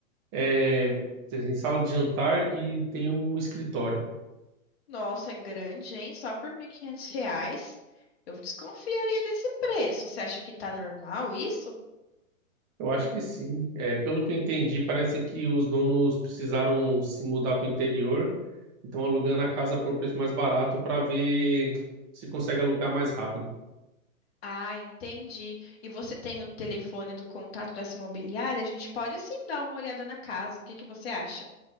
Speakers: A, on the right; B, on the left.
A: é, tem sala de jantar e tem um escritório.
B: Nossa, é grande, hein? Só por 1.500 reais. Eu desconfiaria desse preço. Você acha que tá normal isso?
A: Eu acho que sim. É, pelo que eu entendi, parece que os donos precisaram se mudar para o interior Então alugando a casa pelo preço mais barato para ver se consegue alugar mais rápido.
B: Ah, entendi. E você tem o telefone do contato dessa imobiliária? A gente pode sim dar uma olhada na casa. O que que você acha?